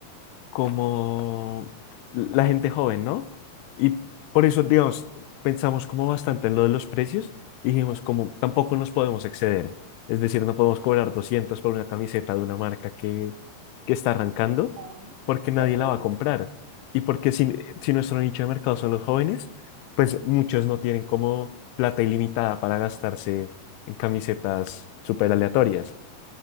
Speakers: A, on the left; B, on the right.
A: como la gente joven, ¿no? Y por eso,
B: Sí,
A: digamos, pensamos como bastante en lo de los precios y dijimos como tampoco nos podemos exceder. Es decir, no podemos cobrar 200 por una camiseta de una marca que, que está arrancando
B: ah,
A: porque nadie
B: de acuerdo.
A: la va a comprar. Y porque si, si nuestro nicho de mercado son los jóvenes, pues muchos no tienen como plata ilimitada para gastarse en camisetas súper aleatorias.